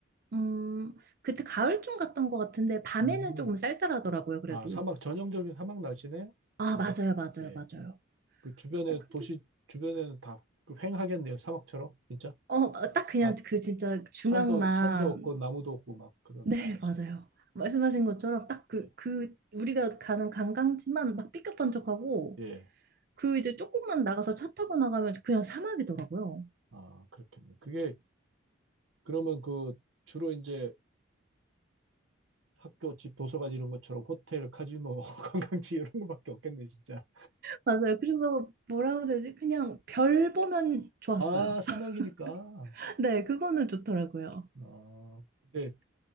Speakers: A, on the right; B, on the right.
A: 음 그때 가을쯤 갔던 것 같은데 밤에는
B: 음.
A: 조금 쌀쌀하더라고요. 그래도
B: 아, 사막 전형적인 사막 날씨네요?
A: 아
B: 그게?
A: 맞아요, 맞아요,
B: 예.
A: 맞아요.
B: 그 주변에
A: 어 근데
B: 도시 주변에는 다그 휑하겠네요. 사막처럼 진짜?
A: 어 어, 딱 그냥
B: 남
A: 그 진짜 중앙만
B: 산도 산도 없고 나무도 없고 막 그런
A: 네
B: 날씨
A: 맞아요.
B: 같은.
A: 말씀하신 것처럼 딱 그
B: 예.
A: 그 우리가 가는 관광지만 막 삐까뻔쩍하고
B: 예.
A: 그 이제 조금만 나가서 차 타고 나가면 그냥 사막이더라고요.
B: 아, 그렇겠네. 그게 그러면 그 주로 이제 학교 집 도서관 이런 것처럼 호텔, 카지노, <laughs> 관광지 이런 거밖에 없겠네, 진짜.
A: 맞아요. 그래서 뭐라고 해야 되지? 그냥 별 보면 좋았어요.
B: 아, 사막이니까.
A: <laughs> 네, 그거는 좋더라고요.
B: 아, 근데